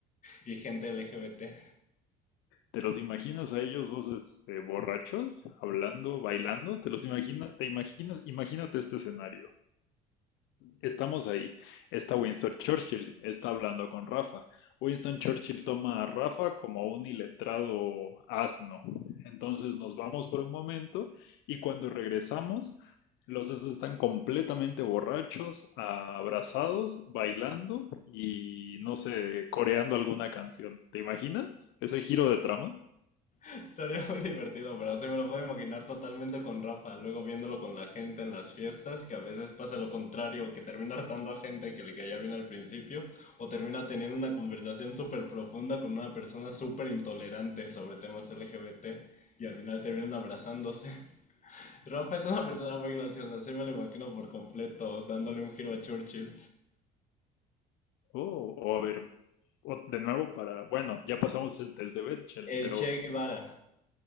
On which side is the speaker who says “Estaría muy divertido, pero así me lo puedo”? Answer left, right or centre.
Left